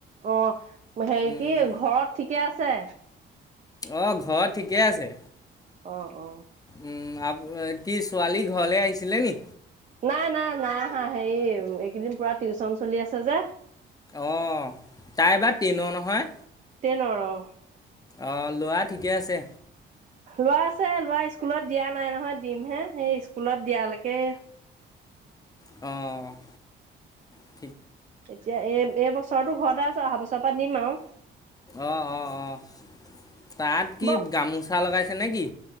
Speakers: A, on the right; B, on the left.
A: অ ', হেৰি
B: উম।
A: কি ঘৰত ঠিক, কে আছে?
B: অহ ', ঘৰত ঠিকে আছে।
A: অ -অ
B: উম', আপ, কি ছোৱালী ঘৰলে আহিছিলে নি?
A: নাই- নাই -নাই অহা', হেৰি এইকেইদিন পুৰা টিউচন চলি আছে যে।
B: অহ ', তাই বা টেনৰ নহয়?
A: তেনৰ অহ ',।
B: অ', লোৱা ঠিকে আছে।
A: লৰা আছে, লৰা স্কুলত দিয়া নাই নহয় দিম হে সেই স্কুলত দিয়ালৈকে,
B: অহ ',
A: এতিয়া এই এই বছৰতো ঘৰতে আছ ট অহা বছৰ পৰা দিম আৰু
B: অ অ অ তাত কি
A: ব
B: গামোচা লগাইছে ছেনে কি